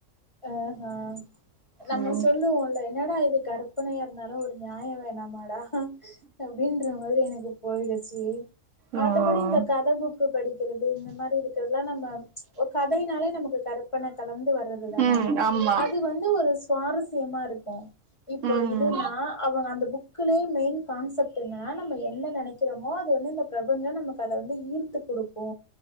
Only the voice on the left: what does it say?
அ ஹ நம்ம
சொல்லுவோல்ல என்னடா இது கற்பனையா இருந்தாலு ஒரு நியாய வேணாமாடா அப்டின்ற மாதிரி எனக்கு போய்டுச்சி மத்தபடி
இந்த கத புக் கு படிக்கிறது இந்த மாரி இருக்கிறதுல்லா நம்ம கதைனாலே நமக்கு கற்பனை கலந்து வர து தானே
அது வந்து ஒரு சுவாரஸ்யமா இருக்கு இப்போ
இது நா அவங்க அந்த புக் குலே மெயின் கான்செப்ட் என்னனா நம்ம என்ன நெனைக்கிறோமோ அது வந்து இந்த பிரபஞ்சம் நமக்கு அதை வந்து ஈர்த்து குடுக்கு